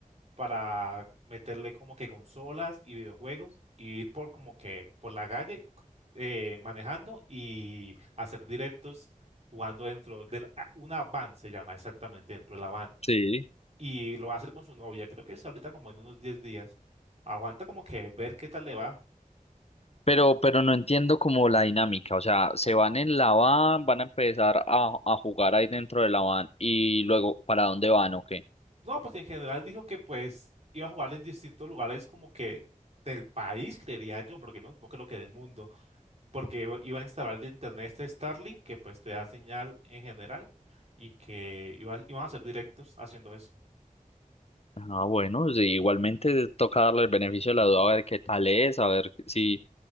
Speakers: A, on the right; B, on the left.
A: para meterle como que consolas y videojuegos y ir por como que por la calle eh, manejando y hacer directos jugando dentro de la- ah, una van, se llama exactamente, dentro de la van
B: Sí.
A: y lo va a hacer con su novia. Creo que es ahorita como en unos 10 días. Aguanta como que ver qué tal le va.
B: Pero, pero no entiendo como la dinámica, o sea, se van en la van, van a empezar a, a jugar ahí dentro de la van y luego, ¿para dónde van o
A: No, pues en general dijo que pues iba a jugar en distintos lugares como que del país, creería yo, porque no, no creo que del mundo, porque iba iba a instalar de internet este Starlink que pues te da señal en general y que iba, iban a hacer directos haciendo eso.
B: Ah, bueno, sí, igualmente toca darle el beneficio de la duda a ver qué tal es, a ver si,